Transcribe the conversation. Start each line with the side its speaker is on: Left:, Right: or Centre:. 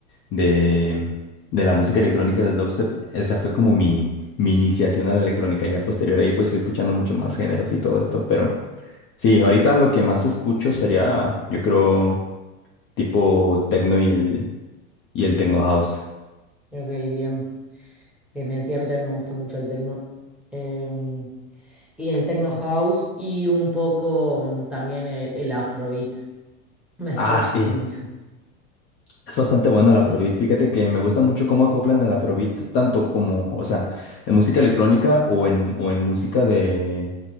Left: de, de la música electrónica del dubstep. Esa fue como mi, mi iniciación a la electrónica. Ya posterior ahí pues fui escuchando mucho más géneros y todo esto. Pero sí, ahorita lo que más escucho sería, yo creo, tipo techno y el, y el techno house.
Centre: ok, bien. Bien, bien, sí, a mí también me gusta mucho el techno. Eh, y el techno house y un poco mm, también el, el afrobeat. Me está
Left: Ah,
Centre: gustando
Left: sí.
Centre: mucho.
Left: Es bastante bueno el Afrobeat. Fíjate que me gusta mucho cómo acoplan el Afrobeat, tanto como, o sea, en música electrónica o en, o en música de,